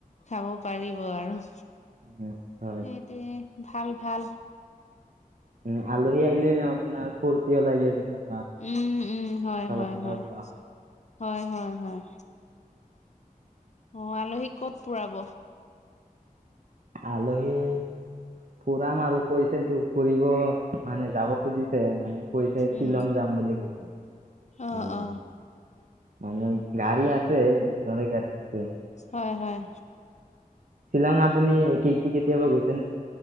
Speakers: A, on the left (about 50°); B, on the right (about 60°).
A: খাব পাৰিব আৰু।
B: উম হয়।
A: সেইটোয়ে ভাল ভাল।
B: উম, আলহী আহিলে আপোনাৰ ফুৰ্তিও লাগে <inaudible>
A: উম, উম হয়
B: কথা
A: হয়
B: বতৰাও
A: হয়,
B: কোৱা
A: হয় হয়। অ', আলহীক ক'ত ফুৰাব?
B: আলহীক ফুৰাম আৰু, কৈছেতো ফুৰিব মানে যাব খুজিছে, মানে কৈছে শ্বিলং
A: উম।
B: যাম বুলি কৈছে,
A: অ
B: আলহী।
A: অ
B: মানে গাড়ী আছে, নিজৰে গাড়ী আছে।
A: হয় হয়
B: শ্বিলং আপুনি কি কি কেতিয়াবা গৈছেনে?